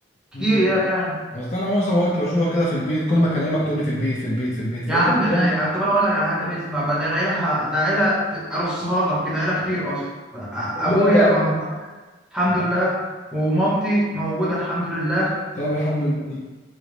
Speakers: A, in the centre; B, on the left.
A: كتير
B: مم.
A: يعني
B: اصل انا معظم الوقت بشوفك كده في البيت كل ما اكلمك تقول لي في البيت في البيت في البيت
A: يا
B: فقلت
A: عم لا
B: طب
A: يا عم طب انا اقول لك على حاجه طب اسمع ما ده العيله ده عيله ت- ارصها لك كده عيله كتير اصلا
B: طب يلا
A: ابويا موجود الحمد
B: يا
A: لله
B: عم.
A: ومامتي موجوده الحمد لله
B: طب الحمد لله